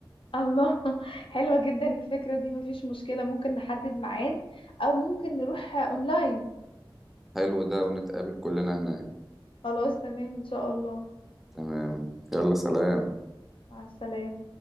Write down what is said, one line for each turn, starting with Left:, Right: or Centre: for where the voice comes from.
Left: الله <laughs> حلوة جدا الفكرة دي مفيش مشكلة ممكن نحدد ميعاد او ممكن نروح اونلاين
Centre: حلو ده ونتقابل كلنا هناك
Left: خلاص تمام ان شاء الله
Centre: تمام يلا سلام
Left: مع السلامة